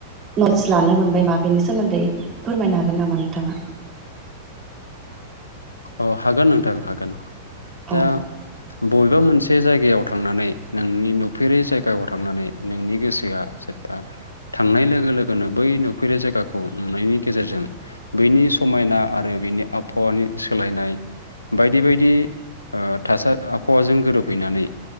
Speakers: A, on the right; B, on the left.
A: नस लानो मोनबाय मा बेनि सोमोन्दै फोरमायनो हागोन नामा नोंथाङा?
B: अ हागोन नोंथां हागोन। दा
A: औ
B: बबेबा मोनसे बे जायगायाव थांनानै नोंनि नुफेरै जायगायाव थांनानै नोंनि गोसोआ जेनबा थांनाय लोगो लोगोनो बै नुफेरै जायगाखौ नुनायनि गेजेरजों बैनि समायना आरो बेनि आबहावानि सोलायनाय बायदि बायदि ओ थासारि आबहावाजों गोरोबहैनानै